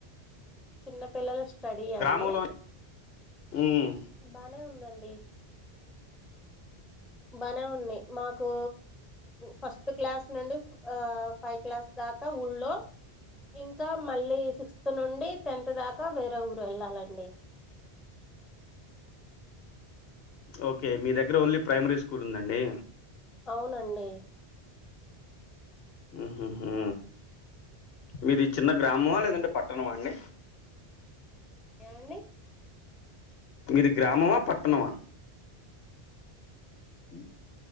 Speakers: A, in the centre; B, on the left.
A: చిన్న పిల్లలు స్టడీయా
B: గ్రామంలో
A: అడి
B: ఉమ్,
A: బానే ఉందండి ఏ బానే ఉన్నాయ్ మాకు ఫస్ట్ క్లాస్ నుండి ఆ ఫైవ్ క్లాస్ కాక ఊళ్ళో ఇంకా మళ్ళీ సిక్స్త్ నుండి టెన్త్ దాకా వేరే ఊరు వెళ్ళాలండి
B: ఓకే మీ దగ్గర ఓన్లీ ప్రైమరీ స్కూల్ ఉందండి
A: అవునండి
B: ఉహుహు మీరు చిన్న గ్రామమా లేదండి పట్టణమా అండి
A: ఏమండి
B: మీది గ్రామమా పట్టణమా ఉ